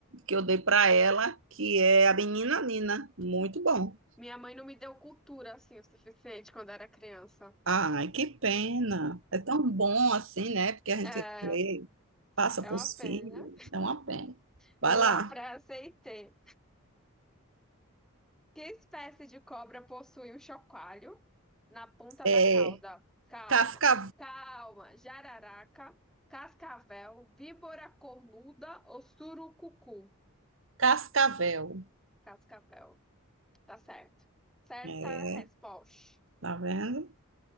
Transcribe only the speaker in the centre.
minha mãe não me deu cultura assim o suficiente quando era criança.
É
é
uma
pena.
Vamos
lá para aceitei. Que espécie de cobra possui um chocalho na ponta
da cauda? Calma,
calma. Jararaca, cascavel, víbora cornuda ou surucucu?
Cascavel. Tá certo. Certa
resposta.